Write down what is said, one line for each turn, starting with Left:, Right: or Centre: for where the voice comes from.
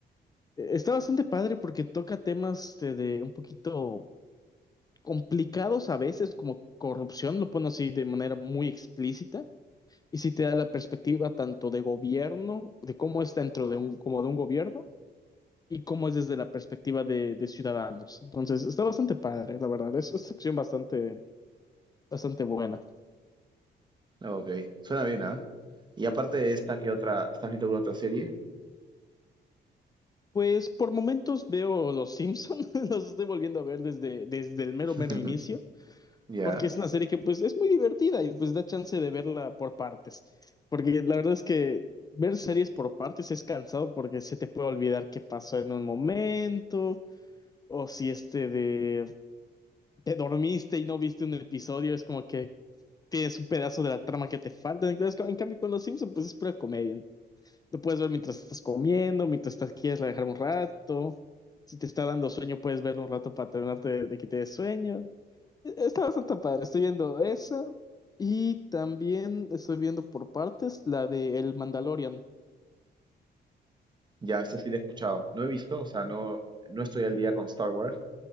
Left: Eh, Está bastante padre porque toca temas de, de un poquito complicados a veces, como corrupción, lo pone así de manera muy explícita. Y sí te da la perspectiva tanto de gobierno, de cómo es dentro de un, como de un gobierno, y cómo es desde la perspectiva de, de ciudadanos. Entonces, está bastante padre, la verdad. Es, es acción bastante, Bastante buena.
Right: Ok, suena bien, ¿ah? Y aparte de esta, ¿qué otra? ¿Estás viendo alguna otra serie?
Left: Pues por momentos veo Los Simpson, <laughs> los estoy volviendo a ver desde, desde el mero
Right: <laughs>
Left: mero inicio,
Right: Ya.
Left: porque es una serie que pues es muy divertida y pues da chance de verla por partes, porque la verdad es que ver series por partes es cansado porque se te puede olvidar qué pasó en un momento, o si este de te dormiste y no viste un episodio, es como que tienes un pedazo de la trama que te falta. Entonces, En cambio con Los Simpson pues es pura comedia, Lo puedes ver mientras estás comiendo, mientras estás, quieres relajar un rato. Si te está dando sueño, puedes verlo un rato para terminarte de, de que te dé sueño. E- Está bastante padre. Estoy viendo esa y también estoy viendo por partes la de El Mandalorian.
Right: Ya, esta sí la he escuchado. No he visto, o sea, no, no estoy al día con Star Wars,